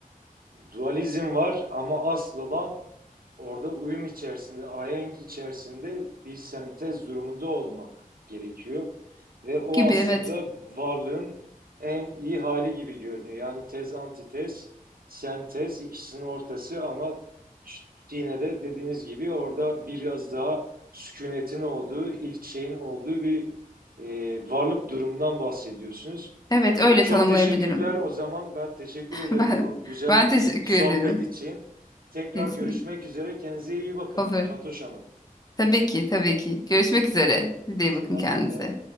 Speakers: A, on the right; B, on the left.
A: dualizm var ama asıl olan Orada uyum içerisinde, ahenk içerisinde bir sentez durumunda olmak gerekiyor. Ve o
B: gibi
A: aslında
B: evet.
A: varlığın en iyi hali gibi görünüyor. Yani tez, antitez, sentez ikisinin ortası ama yine de dediğiniz gibi orada biraz daha sükunetin olduğu, ilk şeyin olduğu bir e, varlık durumundan bahsediyorsunuz.
B: Evet öyle
A: E, çok
B: tanımlayabilirim.
A: teşekkürler o zaman. Ben teşekkür
B: <laughs>
A: ederim
B: Ben,
A: bu güzel
B: ben teşekkür
A: sohbet
B: ederim.
A: için. Tekrar
B: Kesinlikle.
A: görüşmek üzere. Kendinize iyi bakın
B: Olur.
A: Fatoş Hanım.
B: Tabii ki, tabii ki. Görüşmek üzere. Siz de
A: Selametle.
B: iyi bakın kendinize.